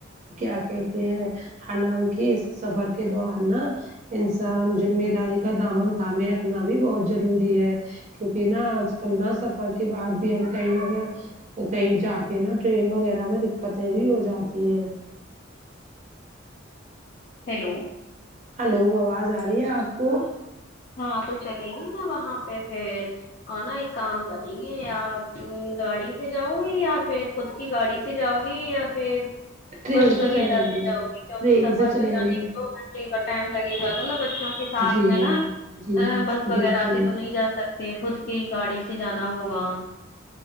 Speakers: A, on the right; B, on the left.
A: کیا کہتے ہیں حالانکہ اس سفر کے دوران نا انسان جمہ داری کا دامن تھامے رکھنا بھی بہت ضروری ہے کیونکہ نا آج کل نہ سفر کے بعد بھی ہم کہیں نا کہی کہی جاتے ہیں نا ٹرین وغیرہ میں دقتیں بھی ہو جاتی ہیں
B: ہیلو
A: ہلو آواز آرہی ہےآپ کو
B: ہاں تو چلیں گی نا وہاں پہ پھر اور نا ایک کام کریں گےیا پھر آپ گاڑی سے جاؤ گی یا فر خود کی گاڑی سے جاؤں گی یا فر
A: ٹرین
B: بس وغیرہ
A: چلیں گے
B: سے جاؤ گی کیونکہ
A: ٹرین
B: سفر
A: سے چلیں
B: بچانے
A: گے
B: کےدو گھنٹے سٹےکا ٹائم لگے گا تو نا بچوں کے ساتھ
A: جی
B: میں نا
A: جی
B: ہاں بس وغیرہ
A: بالکل
B: سے تو نہیں جا سکتے خود کی گاڑی سے جانا ہوگا